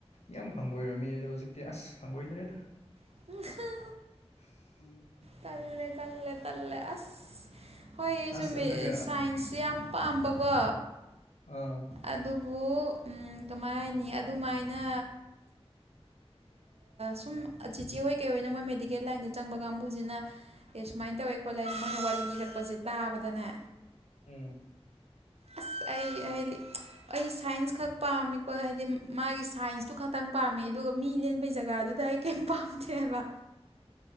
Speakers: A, on the left (about 75°); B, on the right (about 70°).
A: ꯌꯥꯝ ꯍꯪꯒꯣꯏꯔꯝꯃ‌ꯦ ꯑꯗꯣ ꯍꯧꯖꯤꯛꯇꯤ ꯑꯁ ꯍꯪꯒꯣꯏꯗ꯭ꯔꯦꯗ
B: <unintelligible>
A: <unintelligible>
B: ꯇꯜꯂꯦ ꯇꯜꯂꯦ ꯇꯜꯂꯦ ꯑꯁ ꯍꯣꯏ ꯑꯩꯁꯨ
A: ꯑꯁ ꯑꯗꯨꯒ
B: ꯁꯥꯏꯟꯁꯁꯦ ꯌꯥꯝ ꯄꯥꯝꯕꯀꯣ
A: ꯑ
B: ꯑꯗꯨꯕꯨ ꯎꯝ ꯀꯃꯥꯏ ꯍꯥꯏꯅꯤ ꯑꯗꯨꯃꯥꯏꯅ ꯁꯨꯝ ꯆꯤꯆꯦ ꯍꯣꯏ ꯀꯩꯍꯣꯏꯅ ꯃꯣꯏ ꯃꯦꯗꯤꯀꯦꯜ ꯂꯥꯏꯟꯗ ꯆꯪꯕ ꯀꯥꯡꯕꯨꯁꯤꯅ ꯑꯦ ꯁꯨꯃꯥꯏꯅ ꯇꯧꯋꯦ ꯈꯣꯠꯂꯦ ꯍꯥꯏꯅ ꯃꯣꯏꯅ ꯋꯥꯔꯤ ꯂꯤꯔꯛꯄꯁꯦ ꯇꯥꯕꯗꯅꯦ
A: ꯎꯝ
B: ꯑꯁ ꯑꯩ ꯍꯥꯏꯗꯤ ꯑꯩ ꯁꯥꯏꯟꯁ ꯈꯛ ꯄꯥꯝꯃꯤꯀꯣ ꯍꯥꯏꯗꯤ ꯃꯥꯒꯤ ꯁꯥꯏꯟꯁꯇꯨ ꯈꯛꯇꯪ ꯄꯥꯝꯃꯦ ꯑꯗꯨꯒ ꯃꯤ ꯂꯦꯟꯕꯩꯖꯒꯥꯗꯨꯗ ꯑꯩ ꯀꯩꯝ ꯄꯥꯝꯗꯦ ꯍꯥꯏꯕ